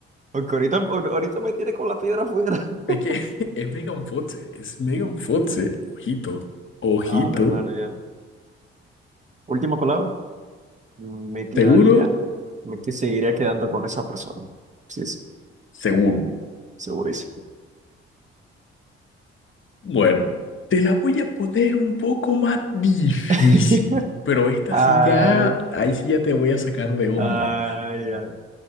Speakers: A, on the right (about 25°); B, on the left (about 40°).
A: aunque ahorita, ahorita me tiene con la piedra afuera.
B: Es
A: <laughs>
B: que <laughs> es Megan Fox, es Megan Fox. Ojito, ojito.
A: Ah, mi hermano, ya no. Última palabra, me quedaría,
B: ¿Seguro?
A: me que- seguiría quedando con esa persona. Sí, sí,
B: Seguro.
A: segurísimo.
B: Bueno, te la voy a poner un poco más difícil,
A: <laughs>
B: pero esta
A: Ay,
B: sí ya, ahí sí ya te voy a sacar de onda.
A: ay, ay.